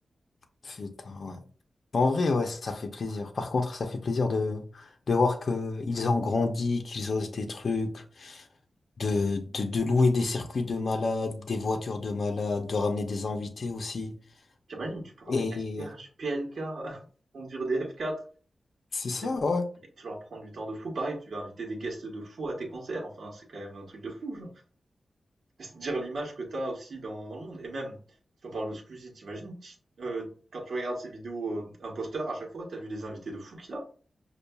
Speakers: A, on the left; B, on the right.
A: Putain, ouais. En vrai, ouais, ça fait plaisir. Par contre, ça fait plaisir de, de voir que ils ont grandi, qu'ils osent des trucs, de, de, de louer des circuits de malades, des voitures de malades, de ramener des invités aussi.
B: Tu imagines, tu peux ramener
A: Et
B: SCH, PLK, <laughs> conduire des F4.
A: c'est ça,
B: Les mecs,
A: ouais.
B: tu leur prends du temps de fou. Pareil, tu vas inviter des guests de fou à tes concerts. Enfin, c'est quand même un truc de fou. Genre. C'est dire l'image que t'as aussi dans, dans le monde. Et même, si on parle de Squeezie, t'imagines, t- euh, quand tu regardes ses vidéos euh, imposteurs, à chaque fois, t'as vu les invités de fou qu'il a.